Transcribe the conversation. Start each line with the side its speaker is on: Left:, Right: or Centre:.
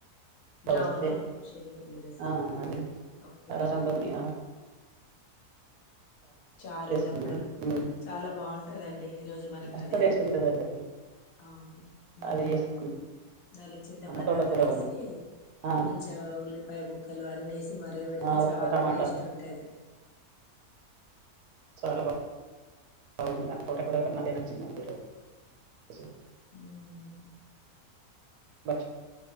Left: నవునవును
Right: వస్తే
Left: శనగా పిండి రసం
Right: ఆ అది
Left: పప్పుది,
Right: ఆ రసంతోని ఆ
Left: చారు,
Right: చేసుకున్నాం
Left: దప్పడం
Right: హ్మ్.
Left: చాలా బాగుంటదండి ఈ రోజు మనకు
Right: మస్తు
Left: అది
Right: టేస్ట్ ఉంటదండి అది
Left: అవును, హమ్
Right: అది చేసుకున్నాము
Left: నాలుగు చింతపండు
Right: తోటకూర
Left: రవ్వలు ఏసి
Right: వండి ఆ
Left: మంచిగా ఉల్లిపాయ ముక్కలు అన్నేసి మరగ పెడితే
Right: ఆ
Left: చాలా
Right: ఒక్క టమాటా
Left: టేస్ట్ ఉంటది.
Right: చాలా బాగా బాగుంది, నాకు తోటా కూర కన్నా అదే నచ్చిందండి ఈ రోజు
Left: ఉమ్
Right: బ <unintelligible>